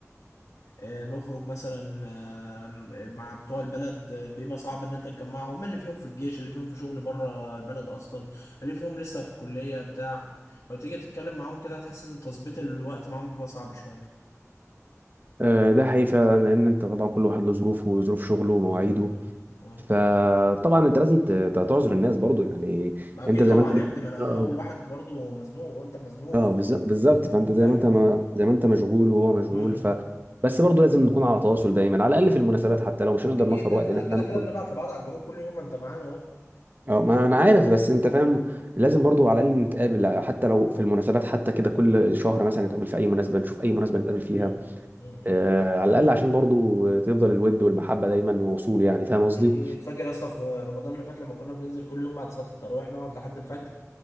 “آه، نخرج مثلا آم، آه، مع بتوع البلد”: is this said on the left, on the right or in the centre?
Left